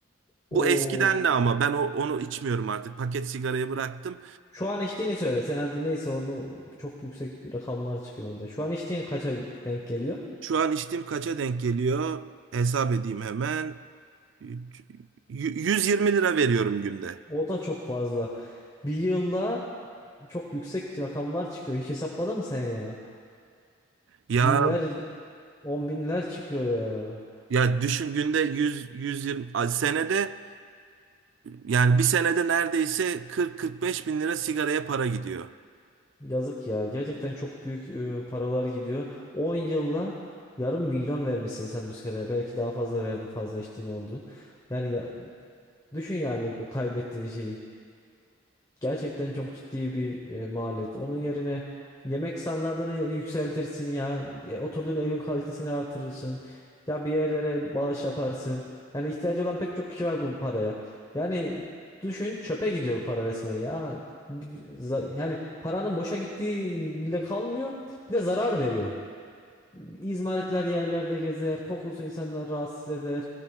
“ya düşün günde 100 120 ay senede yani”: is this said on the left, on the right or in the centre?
Right